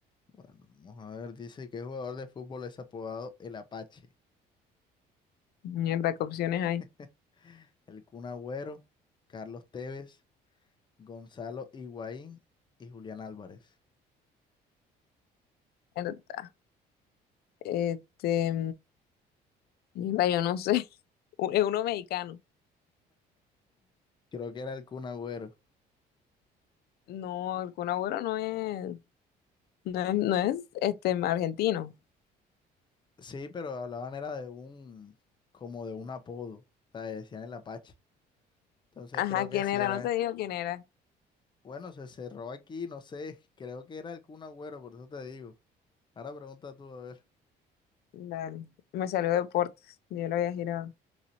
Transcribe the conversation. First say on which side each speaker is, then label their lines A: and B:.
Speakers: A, on the left; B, on the left.
A: Bueno, vamos a ver. Dice que jugador de fútbol es apodado el Apache.
B: Mierda, ¿qué opciones hay?
A: <laughs> El Kun Agüero, Carlos Tevez. Gonzalo Higuaín y Julián Álvarez.
B: Mierda. Este, mierda, yo no sé. <laughs> Es uno mexicano.
A: Creo que era el Kun Agüero.
B: No, el Kun Agüero no es, no es, no es este argentino.
A: Sí, pero hablaban era de un, como de un apodo, o sea, decían el Apache. Entonces
B: Ajá,
A: creo que
B: ¿quién
A: sí
B: era?
A: era
B: No te
A: él.
B: digo quién era.
A: Bueno, se cerró aquí, no sé, creo que era el Kun Agüero, por eso te digo. Ahora pregunta tú, a ver.
B: Dale, me salió deportes, yo lo había girado.